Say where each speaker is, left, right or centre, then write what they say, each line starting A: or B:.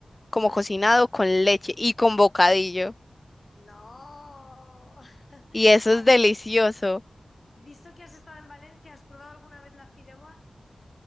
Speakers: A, on the left (about 30°); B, on the left (about 50°).
A: como
B: <laughs>
A: cocinado con leche y con bocadillo.
B: No, <laughs>
A: Y eso
B: ¿has
A: es delicioso.
B: visto que has estado en Valencia? ¿Has probado alguna vez la fideuá?